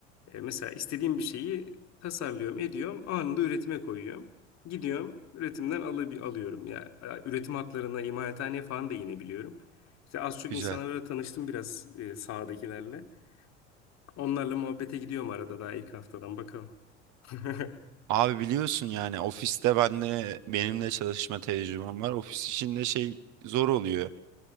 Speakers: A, on the left; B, on the right.
A: Ee, mesela istediğim bir şeyi tasarlıyorum, ediyorum. Anında üretime koyuyorum. Gidiyorum, üretimden alıp alıyorum. Ya, ya üretim hatlarına, imalathaneye falan da inebiliyorum. İşte az çok
B: Güzel.
A: insanlarla tanıştım biraz e, sahadakilerle. Onlarla muhabbete gidiyorum arada daha ilk haftadan. Bakalım. <laughs>
B: Abi biliyorsun yani ofiste ben de benimle çalışma tecrübem var. Ofis içinde şey zor oluyor.